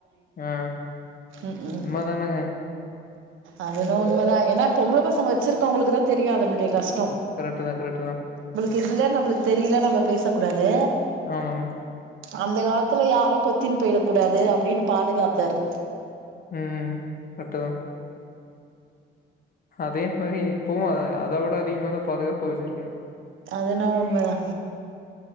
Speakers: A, on the left; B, on the right.
A: ஆ.
B: ம் ம்
A: உண்ம தானங்க.
B: அதுன்ன உண்மதா ஏன்னா பொம்பள பசங்க வச்சிருக்கவங்களுக்குதா தெரியு அதனுடைய கஸ்
A: கரெட்டுதா கரெட்டுதா
B: கில்ல நம்ப்ளுக்கு தெரியில நம்ம பேசக்கூடாது
A: ஆமாங்க
B: அந்த காலத்துல யாரு கொத்தின் பொய்டக் கூடாது அப்டின்னு பாதுகாத்தாரு
A: ம் கரெட்டுதா அதே மாரி இப்பவு அதா அத உட அதிகமாகதா பாதுகாப்பா வெச்சிருக்கணு
B: அதுனா உண்மதா